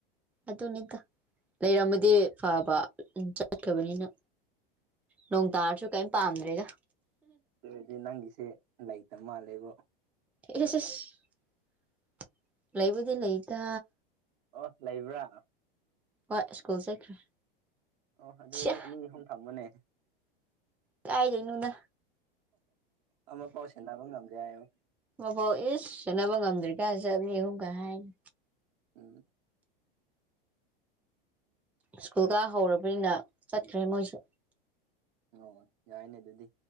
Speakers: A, in the centre; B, on the right.
A: ꯑꯗꯨꯅꯤꯗ ꯂꯩꯔꯝꯃꯗꯤ ꯐꯕ ꯆꯠꯕꯅꯤꯅ
B: ꯎꯝ
A: ꯅꯣꯡ ꯇꯥꯔꯁꯨ ꯀꯔꯤꯝ ꯄꯥꯝꯗ꯭ꯔꯦꯗ
B: ꯑꯗꯨꯗꯤ ꯅꯪꯒꯤꯁꯦ ꯂꯩꯇ ꯃꯥꯜꯂꯦꯕꯣ
A: ꯑꯦꯁ ꯑꯦꯁ ꯂꯩꯕꯨꯗꯤ ꯂꯩꯇ
B: ꯑꯣ ꯂꯩꯕ꯭ꯔꯥ
A: ꯍꯣꯏ ꯁ꯭ꯀꯨꯜ ꯆꯠꯈ꯭ꯔꯦ
B: ꯑꯣ ꯑꯗꯨ
A: ꯁꯤꯌꯥ
B: ꯑꯣꯏꯗꯤ ꯑꯅꯤ ꯑꯍꯨꯝ ꯊꯝꯃꯣꯅꯦ
A: ꯀꯥꯏꯗꯩꯅꯣꯗ
B: ꯑꯃ ꯄꯥꯎ ꯁꯦꯟꯅꯕ ꯉꯝꯗꯦ ꯍꯥꯏꯌꯣ
A: ꯑꯃ ꯐꯥꯎ ꯏꯁ ꯆꯦꯠꯅꯕ ꯉꯝꯗ꯭ꯔꯤ ꯀꯥ ꯆꯠꯅꯤ ꯑꯍꯨꯝ ꯀꯩ ꯍꯥꯏꯅꯤ
B: ꯎꯝ
A: ꯁ꯭ꯀꯨꯜ ꯀ ꯍꯧꯔꯕꯅꯤꯅ ꯆꯠꯈ꯭ꯔꯦ ꯃꯣꯏꯁꯨ
B: ꯑꯣ ꯌꯥꯏꯅꯦ ꯑꯗꯨꯗꯤ